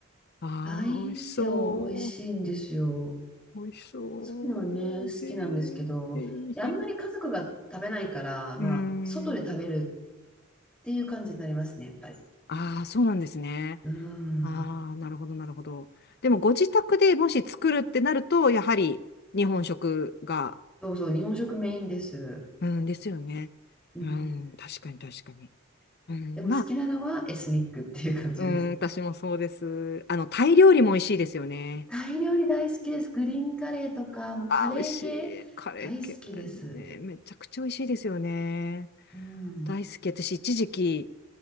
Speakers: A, on the left; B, in the centre.
A: ああ、
B: バインセオ美味しいんですよ。
A: 美味しそう。美味しそ
B: そういうのはね、
A: う。
B: 好きなんですけど、
A: へえ、へえ、
B: いやあんまり家族が食べないから、
A: へえ。うーん。
B: まあ、外で食べるっていう感じになりますね、やっぱり。
A: ああ、そうなんですね。
B: うん。
A: ああ、なるほど、なるほど。でも、ご自宅でもし作るってなると、やはり日本食が、
B: そうそう、日本食メインです。
A: うん、ですよね。
B: うん。
A: うん、確かに、確かに。うん、
B: でも好きなのはエスニックっていう感じです。
A: まあ、うん、私もそうです。あの、タイ料理も美味しいですよね。
B: タイ料理大好きです。グリーンカレーとか、もうカレー系大好きです。
A: あー美味しい。カレー系、ね、めちゃくちゃ美味しいですよね。
B: うん。
A: 大好き。私、一時期、